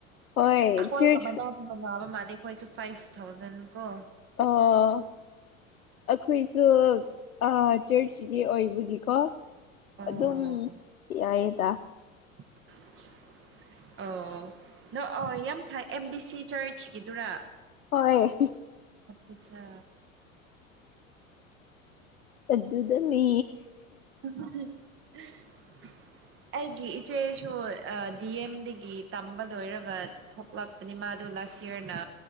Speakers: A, on the left; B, on the right.
A: ꯍꯣꯏ
B: ꯑꯩꯈꯣꯏꯒ
A: ꯆꯔꯆ
B: ꯃꯅꯥꯗꯨꯕ ꯃꯅꯥꯕ ꯃꯥꯜꯂꯦ ꯑꯩꯈꯣꯏꯁꯨ ꯐꯥꯏꯚ ꯊꯥꯎꯖꯟ ꯀꯣ
A: ꯑꯣ ꯑꯩꯈꯣꯏꯁꯨ ꯑ ꯆ꯭ꯔꯁꯀꯤ ꯑꯣꯏꯕꯒꯤꯀꯣ
B: ꯑꯣ
A: ꯑꯗꯨꯝ ꯌꯥꯏꯌꯦꯗ
B: <inaudible> ꯑꯣ ꯅ ꯑꯣ ꯌꯥꯝ ꯐꯩ ꯑꯦꯝ ꯕꯤ ꯁꯤ ꯆꯔꯆꯀꯤꯗꯨꯔꯥ
A: ꯍꯣꯏ
B: ꯑ ꯑꯆꯥ
A: ꯑꯗꯨꯗꯅꯤ
B: <unintelligible> ꯑꯩꯒꯤ ꯏꯆꯦꯁꯨ ꯗꯤ ꯑꯦꯝꯗꯒꯤ ꯇꯝꯕ ꯂꯣꯏꯔꯒ ꯊꯣꯛꯂꯛꯄꯅꯤ ꯃꯥꯗꯨ ꯂꯥꯁ ꯌꯔꯅ